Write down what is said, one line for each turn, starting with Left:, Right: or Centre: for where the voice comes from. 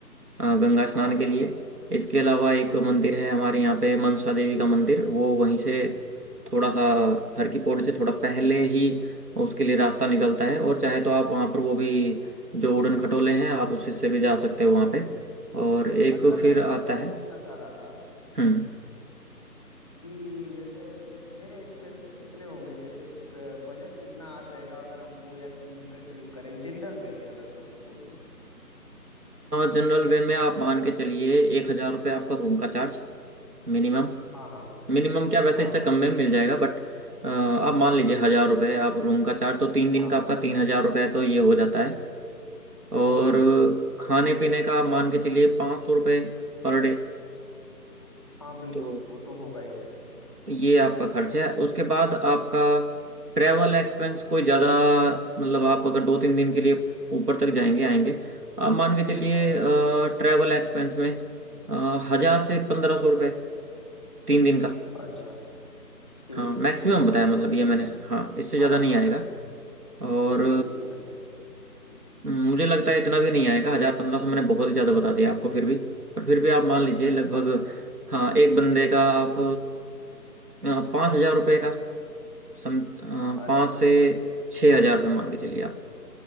Right: अ, गंगा स्नान
Left: हाँ हाँ
Right: के लिए इसके अलावा एक
Left: हम्म
Right: मंदिर है हमारे यहाँ पे मनसा देवी का मंदिर वो वहीं से थोड़ा सा हर की पौड़ी से थोड़ा पहले ही उसके लिए रास्ता निकलता है और चाहे तो आप वहाँ पर वो भी जो उड़न खटोले हैं आप उससे से भी जा सकते हो वहाँ पे और एक
Left: अच्छा
Right: फिर
Left: मैं एक
Right: आता
Left: बात
Right: है
Left: और पूछना चाह रहा था
Right: हम्म
Left: कि जैसे मेरे एक्सपेंसेस कितने होंगे जैसे बजट कितना आ जाएगा अगर हम दो या तीन दिन का ट्रिप करें जनरल वे में अगर पूछूं तो मैं
Right: जनरल वे में आप मान के चलिए एक हजार रुपये आपका रूम का चार्ज मिनिमम
Left: हाँ हाँ
Right: मिनिमम क्या वैसे
Left: हाँ
Right: इससे
Left: हाँ
Right: कम में मिल जाएगा बट आप मान लीजिए हजार रुपये आप रूम का चार्ज तो तीन दिन
Left: हाँ
Right: का आपका तीन हजार रुपये तो ये हो जाता है और
Left: ठीक है
Right: खाने पीने का आप मान के चलिए पाँच सौ रुपये पर डे
Left: हाँ बिल्कुल
Right: तो
Left: वो तो होगा ही
Right: ये आपका खर्च है उसके बाद आपका ट्रैवल एक्सपेंस कोई ज़्यादा मतलब आप अगर दो तीन दिन के लिए ऊपर तक जाएंगे आएंगे आप मान के चलिए
Left: हाँ
Right: ट्रैवल एक्सपेंस में हज़ार से पंद्रह सौ रुपये तीन दिन का
Left: अच्छा ठीक
Right: हाँ
Left: ठीक
Right: मैक्सिमम
Left: मैं समझ
Right: बताया
Left: गया
Right: मतलब
Left: मतलब
Right: ये मैंने हाँ इससे ज़्यादा
Left: हाँ
Right: नहीं
Left: हाँ
Right: आएगा और
Left: ठीक है
Right: मुझे लगता है इतना भी नहीं आएगा हजार पंद्रह सौ मैंने बहुत ही ज्यादा बता दिया आपको फिर भी पर फिर भी आप मान लीजिए
Left: अच्छा
Right: लगभग हाँ एक बंदे का आप पाँच हजार रुपये का सम
Left: अच्छा
Right: पाँच से छः हजार रुपये मान के चलिए आप